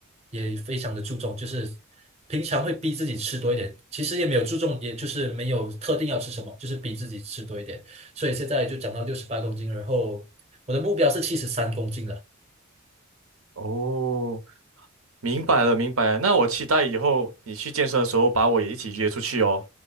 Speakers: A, on the right; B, on the right.
A: 也非常的注重，就是平常会逼自己吃多一点，其实也没有注重，也就是没有特定要吃什么，就是逼自己吃多一点。所以现在就长到六十八公斤，然后我的目标是七十三公斤了。
B: 哦，明白了，明白了。那我期待以后你去健身的时候，把我也一起约出去哦。